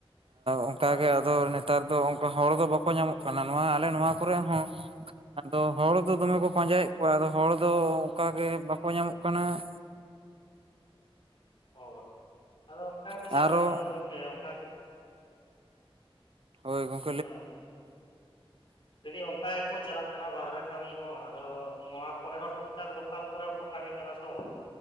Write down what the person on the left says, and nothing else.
ᱵᱟᱝ
ᱵᱟᱝ
ᱚ ᱟᱫᱚ ᱚᱱᱠᱟ ᱜᱮ ᱠᱚ
ᱪᱟᱞᱟᱜ ᱠᱟᱱ ᱫᱚ ᱜᱚᱢᱠᱮ ᱚᱱᱠᱟ ᱜᱮ
ᱦᱮᱸ ᱞᱟᱹᱭ ᱫᱤᱧ ᱚᱱᱠᱟ ᱜᱮᱠᱚ ᱪᱟᱞᱟᱜ ᱠᱟᱱᱟ ᱵᱟᱨᱦᱨᱮ ᱠᱟᱹᱢᱤ ᱦᱚᱸ ᱟᱫᱚ ᱱᱚᱣᱟ ᱠᱚᱨᱮ ᱦᱚᱸ ᱴᱩᱠ ᱴᱟᱠ ᱞᱳᱠᱟᱞ ᱠᱚᱨᱮ ᱠᱚ ᱠᱟᱹᱢᱤ ᱠᱟᱱᱟ ᱛᱚ